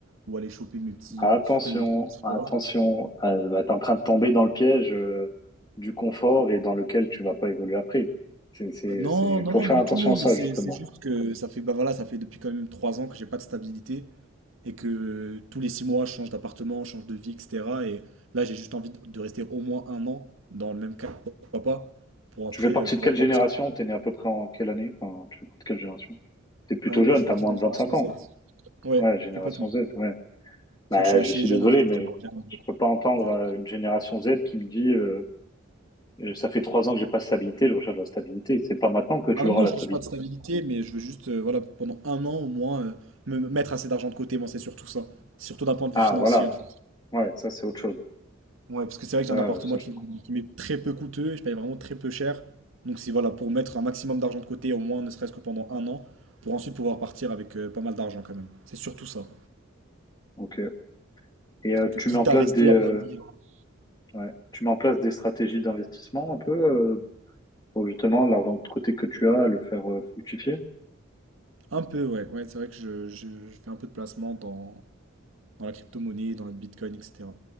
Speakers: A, on the right (about 75°); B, on the left (about 20°).
A: où aller choper mes petits,
B: Attention,
A: mes petits fruits et légumes, etc.
B: attention, euh, là, t'es en train de tomber dans le piège euh, du confort et dans lequel tu vas pas évoluer après. C'est, c'est,
A: Euh, non,
B: c'est,
A: non,
B: faut
A: non,
B: faire
A: du
B: attention
A: tout,
B: à ça,
A: mais c'est
B: justement.
A: c'est juste que ça fait, bah voilà, ça fait depuis quand même trois ans que j'ai pas de stabilité, et que tous les six mois, je change d'appartement, je change de vie, etc. Et là, j'ai juste envie de de rester au moins un an dans le même cadre, pourquoi pas, pour après
B: Tu fais partie
A: euh, pouvoir
B: de quelle
A: partir.
B: génération? T'es né à peu près en quelle année? Enfin, tu fais partie de quelle génération? T'es plutôt
A: Euh,
B: jeune,
A: moi, je suis
B: t'as
A: parti
B: moins
A: de la
B: de
A: génération
B: 25 ans.
A: Z. Ouais,
B: Ouais, génération
A: complètement.
B: Z, ouais. Bah,
A: C'est vrai que je
B: je
A: suis
B: suis
A: assez
B: désolé,
A: jeune, en fait.
B: mais
A: j'aimerais bien,
B: je
A: euh,
B: peux pas entendre
A: faire-
B: euh, une génération Z qui me dit, euh, euh, ça fait trois ans que j'ai pas de stabilité, je recherche la stabilité. C'est pas maintenant que tu
A: Ah non,
B: l'auras
A: non,
B: la
A: je
B: stabilité.
A: cherche pas de stabilité, mais je veux juste, euh, voilà, pendant un an au moins, euh, me me mettre assez d'argent de côté, moi, c'est surtout ça. Surtout d'un point de
B: Ah,
A: vue financier,
B: voilà.
A: en fait.
B: Ouais, ça, c'est autre chose.
A: Ouais, parce que c'est vrai que j'ai
B: Ça,
A: un appartement
B: ça, je
A: qui,
B: te comprends.
A: qui m'est très peu coûteux, je paye vraiment très peu cher. Donc c'est voilà, pour mettre un maximum d'argent de côté, au moins ne serait-ce que pendant un an, pour ensuite pouvoir partir avec euh, pas mal d'argent quand même. C'est surtout ça.
B: Ok. Et
A: Parce
B: euh,
A: que
B: tu
A: quitte
B: mets en place
A: à rester
B: des, euh,
A: à Paris, euh,
B: ouais, tu mets en place des stratégies d'investissement un peu euh, pour justement l'argent de côté que tu as, le faire euh, fructifier.
A: un peu, ouais, ouais, c'est vrai que je, je- je fais un peu de placement dans, dans la crypto-monnaie, dans le Bitcoin, etc.